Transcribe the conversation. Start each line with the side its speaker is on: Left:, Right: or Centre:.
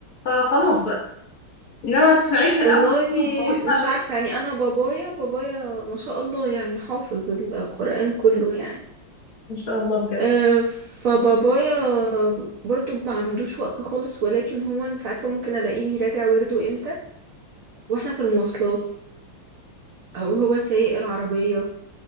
Left: فخلاص بقى انما ما تسمعيش
Right: والله
Left: من اول كلمة وخلاص بقى
Right: مش
Left: بقى.
Right: عارفة يعني انا بابايا بابايا ما شاء الله يعني حافظ القرآن كله يعني
Left: ان شاء الله بجد
Right: آه، فبابايا برضو ما عندوش وقت خالص ولكن هو انت عارفة ممكن الاقيه بيراجع ورده امتى واحنا في المواصلات او هو سايق العربية